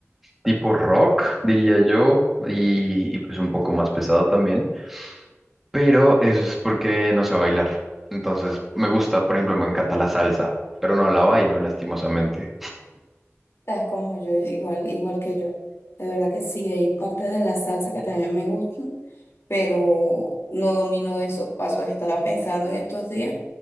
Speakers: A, in the centre; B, on the left.
A: tipo rock, diría yo, y, y pues un poco más pesado también, pero eso es porque no sé bailar. Entonces, me gusta, por ejemplo, me encanta la salsa, pero no la bailo, lastimosamente.
B: Es como yo, igual, igual que yo. De verdad que sí, hay partes de la salsa que también me gustan, pero no domino esos pasos. Estaba pensando en estos días